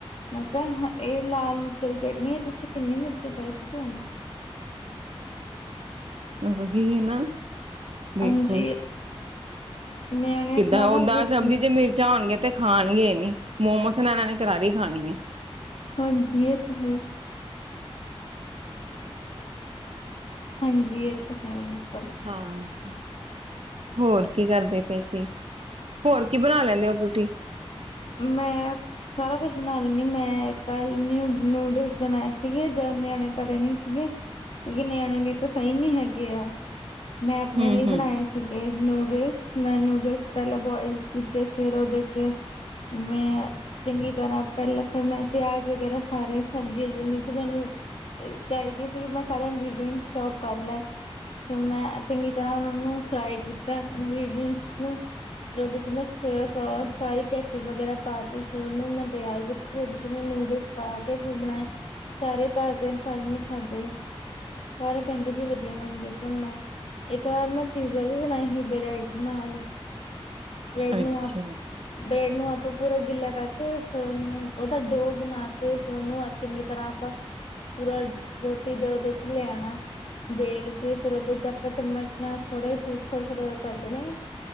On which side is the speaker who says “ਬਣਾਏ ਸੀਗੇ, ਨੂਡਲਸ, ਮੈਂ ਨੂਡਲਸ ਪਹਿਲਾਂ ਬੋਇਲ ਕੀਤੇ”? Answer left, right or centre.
Left